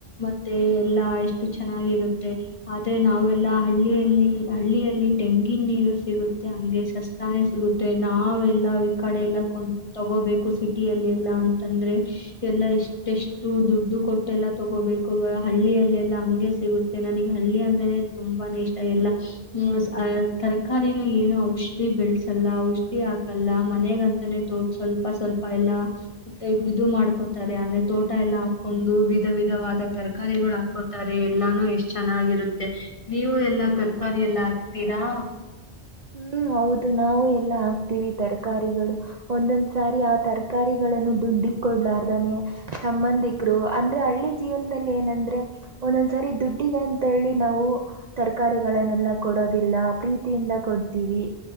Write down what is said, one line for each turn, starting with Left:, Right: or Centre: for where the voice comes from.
Left: ಮತ್ತೆ ಎಲ್ಲಾ ಎಷ್ಟು ಚೆನ್ನಾಗಿರುತ್ತೆ ಆದೆ ನಾವೆಲ್ಲಾ ಹಳ್ಳಿಯಲ್ಲಿ ಹಳ್ಳಿಯಲ್ಲಿ ಟೆಂಗಿನ ನೀರು ಸಿಗುತ್ತೆ. ಹಂಗೆ ಸಸ್ತಾನೆ ಸಿಗುತ್ತೆ ನಾವೆಲ್ಲಾ ಈ ಕಡೆ ಎಲ್ಲಾ ಕೊಂಡ್ ತಗೋಬೇಕು ಸಿಟಿಯಲ್ಲಿ ಎಲ್ಲಾ ಅಂತಂದ್ರೆ ಎಲ್ಲಾ ಇಷ್ಟ ಎಷ್ಟು ದುಡ್ಡು ಕೊಟ್ಟೆಲ್ಲ ತಗೋಬೇಕು ಹಳ್ಳಿಯಲ್ಲೆಲ್ಲಾ ಹಂಗೆ ಸಿಗುತ್ತೆ ನನಗ್ ಹಳ್ಳಿ ಅಂದ್ರನೆ ತುಂಬಾನೇ ಇಷ್ಟ ಎಲ್ಲ ಊಸ್ ಅಸ್ ತರಕಾರಿನು ಏನು ಔಷಧಿ ಬೆಳಸಲ್ಲ ಔಷಧಿ ಹಾಕಲ್ಲ ಮನೆಗಂತಾನೇ ತೋ ಸ್ವಲ್ಪ ಸ್ವಲ್ಪ ಎಲ್ಲಾ ಇದು ಮಾಡ್ಕೋತಾರೆ ಅಂದ್ರೆ ತೋಟ ಎಲ್ಲ ಹಾಕೊಂಡು ವಿಧ ವಿಧವಾದ ತರಕಾರಿಗಳು ಹಾಕೋತಾರೆ ಎಲ್ಲಾನು ಎಷ್ಟ್ ಚೆನ್ನಾಗಿರುತ್ತೆ ನೀವು ಎಲ್ಲಾ ತರಕಾರಿ ಎಲ್ಲ ಹಾಕ್ತೀರಾ.
Right: ಹ್ಮ್ ಹೌದು ನಾವು ಎಲ್ಲಾ ಹಾಕ್ತೀವಿ. ತರಕಾರಿಗಳು ಒಂದೊಂದ್ ಸಾರಿ ಆ ತರಕಾರಿಗಳನ್ನು ದುಡ್ಡಿ ಕೊಡ್ಲಾರ್ದಾನೆ ಸಂಬಂಧಿಕರು ಅಂದ್ರೆ ಹಳ್ಳಿ ಜೀವನದಲ್ಲಿ ಏನಂದ್ರೆ ಒಂದೊಂದ್ಸಾರಿ ದುಡ್ಡಿಗ್ ಅಂತ ಹೇಳಿ ನಾವು ತರಕಾರಿಗಳನ್ನೆಲ್ಲ. ಕೊಡೋದಿಲ್ಲ ಪ್ರೀತಿಯಿಂದಾ. ಕೊಡ್ತೀವಿ.